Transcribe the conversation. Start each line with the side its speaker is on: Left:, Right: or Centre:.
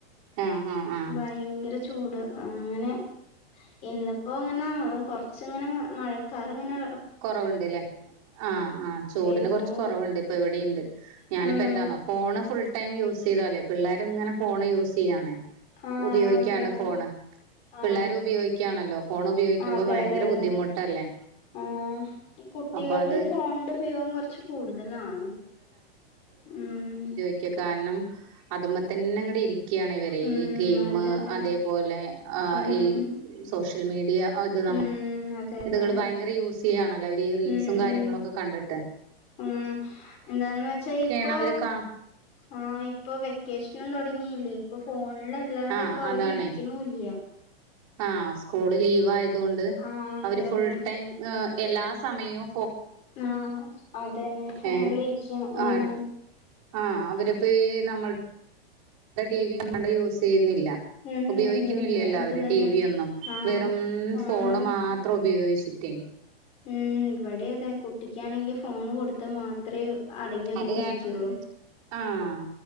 Right: ആഹ് ആഹ് ആഹ്
Left: വയങ്കര ചൂട് അങ്ങനെ ഇന്ന്പ്പോങ്ങനെ കൊറച്ച്ങ്ങനെ മഴക്കാറ് ങ്ങനെ
Right: കൊറവുണ്ട്ല്ലേ ആഹ് ആഹ് ചൂടിന്
Left: വരുന്ന
Right: കൊറച്ച്
Left: പോലെ
Right: കൊറവ്ണ്ട് ഇപ്പ ഇവിടിണ്ട് ഞാനിപ്പോ
Left: ഉം
Right: എന്താന്നോ ഫോണ് ഫുൾ ടൈം യൂസ് ചെയ്താലേ പ്പി പിള്ളാരും ഇങ്ങനെ ഫോണ് യൂസ്യ്യാണേ
Left: ആ
Right: ഉപയോഗിക്കാണ്
Left: അതന്നെ
Right: ഫോണ്
Left: ആ
Right: പിള്ളാരും ഉപയോഗിക്കുയാണല്ലോ ഫോൺ ഉപയോഗിക്കുമ്പോ
Left: അതെ
Right: ഭയങ്കര
Left: അതെ അതെ
Right: ബുദ്ധിമുട്ടല്ലേ
Left: ആഹ് ഈ കുട്ടികളിൽ
Right: അപ്പൊ അത്
Left: ഈ ഫോൺന്റെ ഉപയോഗം കൊറച്ച് കൂടുതലാണ് ഉം
Right: ക്കെ കാരണം അത് മ്മതന്നെ ഇങ്ങട് ഇരിക്കാണ് ഇവര്
Left: ഉം
Right: ഈ ഗെയിമ്
Left: അതെ അതെ
Right: അതേപലെ അഹ്
Left: ഉം
Right: ഈ സോഷ്യൽ മീഡിയ അത് നമ്മ
Left: ഉം അതെ അതെ
Right: ത്കള്
Left: അതെ
Right: ഭയങ്കര യൂസ് ചെയ്യാണല്ലോ അവര് ഈ റീൽസും
Left: ഉം
Right: കാര്യങ്ങളൊക്കെ
Left: ഉം
Right: കണ്ട്ട്ട്
Left: ഉം എന്താന്ന് വെച്ചാ
Right: ഒക്കെയാണ്
Left: ഇപ്പൊ
Right: അവര് കാ
Left: ആഹ് ഇപ്പൊ വെക്കേഷനും തൊടങ്ങിയില്ലേ ഇപ്പൊ ഫോണിലല്ലാണ്ട്പ്പൊ
Right: ആഹ്
Left: അവര്
Right: അതാണേ
Left: ഇരിക്ക്ണുല്ല്യ
Right: ആഹ് സ്കൂള് ലീവ് ആയതുകൊണ്ട്
Left: ആഹ് അതെ
Right: അവര് ഫുൾ
Left: അതെ
Right: ടൈം എഹ് എല്ലാ സമയും
Left: ആഹ് അതന്നെ ഫോണിലിരിക്കാ
Right: ഏഹ്
Left: ഉം
Right: ആഹ് ആഹ് അവരപ്പ ഈ നമ്മൾ വെ ടി വി നമ്മള് യൂസ്യ്യുന്നില്ല
Left: ഉം
Right: ഉപയോഗിക്കുന്നില്ലല്ലോ
Left: ഇല്ല ഇല്ല ഇത്
Right: അവര്
Left: തന്നെ
Right: ടി വി ഒന്നും
Left: ആഹ്
Right: വെറും
Left: ഫോണിലന്നെ
Right: ഫോണ് മാ ത്ര ഉപയോഗിച്ചിട്ടേ
Left: ഉം ഇവടി അതെ കുട്ടിക്കാണെങ്കി ഫോൺ കൊടുത്ത മാ ത്രേ അടങ്ങി ഒതുങ്ങിയിരിക്കൊള്ളൂ
Right: അത് കാരണം ആഹ്